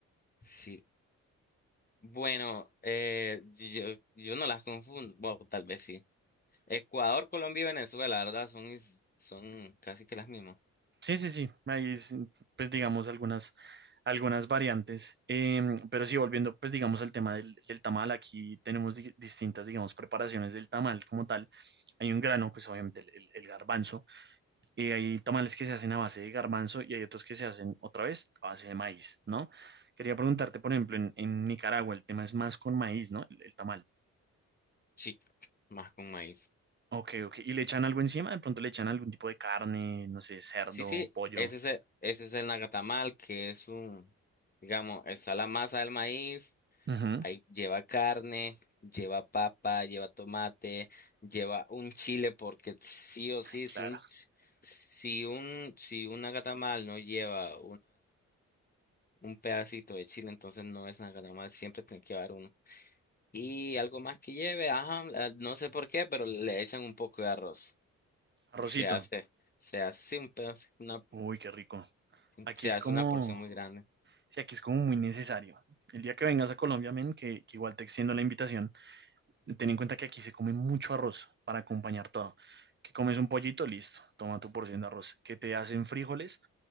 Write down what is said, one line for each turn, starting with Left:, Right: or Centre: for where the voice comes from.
Left: Sí, Bueno, eh, yo, yo no las confundo, bueno, tal vez sí. Ecuador, Colombia y Venezuela, la verdad, son, mis- son casi que las mismas.
Right: Sí, sí, sí, ahí es, pues digamos algunas, algunas variantes, Em, pero sí, volviendo pues digamos al tema del, del tamal, aquí tenemos di- distintas digamos preparaciones del tamal como tal, hay un grano, pues obviamente el, el- el garbanzo, y hay tamales que se hacen a base de garbanzo y hay otros que se hacen otra vez a base de maíz, ¿no? Quería preguntarte, por ejemplo, en, en Nicaragua el tema es más con maíz, ¿no? El, el tamal.
Left: Sí, más con maíz.
Right: Ok, ok, ¿y le echan algo encima? De pronto le echan algún tipo de carne, no sé, cerdo,
Left: Sí, sí,
Right: pollo.
Left: ese es el, ese es el nacatamal, que es un, digamos, está la masa del maíz,
Right: Ujú,
Left: ahí lleva carne, lleva papa, lleva tomate, lleva un chile, porque sí o sí,
Right: Claro,
Left: si un, si un, si un nacatamal no lleva un pedacito de chile, entonces no es nada mal, siempre tienen que llevar uno. Y algo más que lleve, ajá, la- no sé por qué, pero le echan un poco de arroz
Right: arrocito.
Left: y se hace, se hace un pedazo, una,
Right: Uy, qué rico. Aquí
Left: se
Right: es
Left: hace
Right: como,
Left: una porción muy grande.
Right: sí, aquí es como muy necesario. El día que vengas a Colombia, men, que, que igual te extiendo la invitación, ten en cuenta que aquí se come mucho arroz para acompañar todo. Que comes un pollito, listo, toma tu porción de arroz. Que te hacen frijoles,